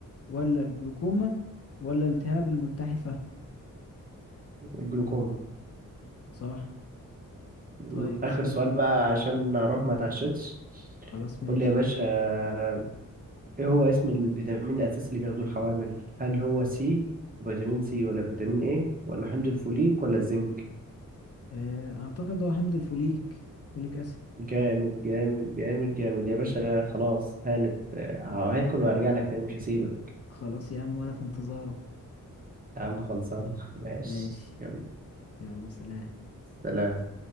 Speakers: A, on the left (about 45°); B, on the right (about 25°).
A: ولا الجلوكوما ولا التهاب الملتحفة
B: الجلوكوما
A: صح
B: م،
A: طيب اسألني
B: آخر سؤال بقى عشان أروح ما اتعشتش
A: خلاص ماشي
B: قول لي يا باشا آه، إيه هو اسم الفيتامين الأساسي اللي بياخدوه الحوامل هل هو سي فيتامين سي ولا فيتامين ايه ولا حمض الفوليك ولا الزنك
A: آه، اعتقد هو حمض الفوليك فوليك اسيد
B: جامد جامد جامد جامد يا باشا خلاص هانت آه، هاكل وهرجع لك تاني مش هسيبك
A: خلاص يا عم وانا في انتظارك
B: يا عم خلصان ماشي
A: ماشي
B: يلا
A: يلا سلام
B: سلام